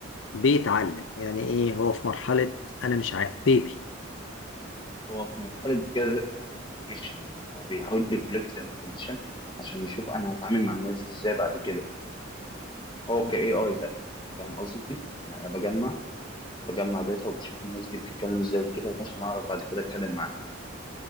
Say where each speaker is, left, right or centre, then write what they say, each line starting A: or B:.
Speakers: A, on the left (about 70°); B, on the left (about 25°).
A: بيتعلم يعني ايه هو في مرحله انا مش عارف بيبي
B: هو في مرحله جاذب انفورميشن يعني هو بيحاول يكولكت انفورميشن عشان يشوف انا هتعامل مع الناس دي ازاي بعد كده هو كاي اي بقى فاهم قصدي؟ انا أنا بجمع بجمع داتا وبشوف الناس دي بتتكلم ازاي وبتقول إيه عشان اعرف بعد كده اتكلم معاها